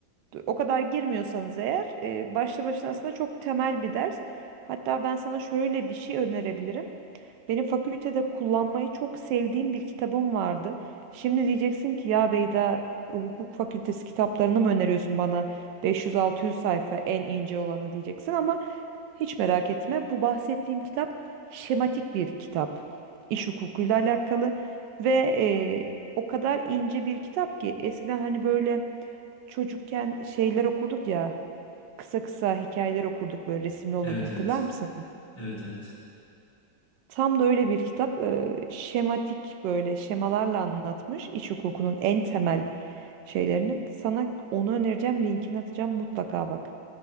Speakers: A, on the right; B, on the left.
A: o kadar girmiyorsanız eğer e, başlı başına aslında çok temel bir ders. Hatta ben sana şöyle bir şey önerebilirim. Benim fakültede kullanmayı çok sevdiğim bir kitabım vardı. Şimdi diyeceksin ki ya Beyda hukuk fakültesi kitaplarını mı öneriyorsun bana 500-600 sayfa en ince olanı diyeceksin ama hiç merak etme bu bahsettiğim kitap şematik bir kitap. İş hukukuyla alakalı ve e, o kadar ince bir kitap ki eskiden hani böyle Çocukken şeyler okurduk ya, kısa kısa hikayeler okurduk böyle resimli olurdu
B: Evet
A: hatırlar
B: evet.
A: mısın?
B: Evet evet.
A: Tam da öyle bir kitap e, şematik böyle şemalarla anlatmış iç hukukunun en temel şeylerini. Sana onu önereceğim, linkini atacağım mutlaka bak.